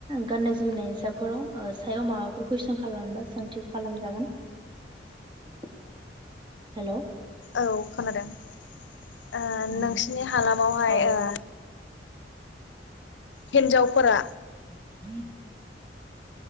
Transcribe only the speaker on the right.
गाननाय जोमनाय साफोराव ओ सायाव माबाफोर कुइसन खालामनोबा सोंथि खालाम जागोन । हेलौ
उम
औ
<inaudible>